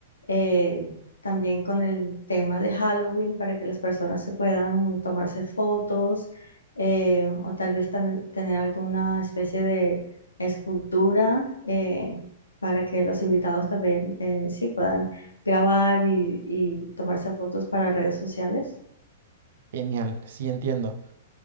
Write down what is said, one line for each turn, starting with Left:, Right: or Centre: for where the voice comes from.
Left: eh, también con el tema de Halloween para que las personas se puedan tomarse fotos eh, o tal vez tan- tener alguna especie de escultura eh, para que los invitados también eh, sí puedan grabar y, y tomarse fotos para redes sociales.
Right: Genial, sí entiendo.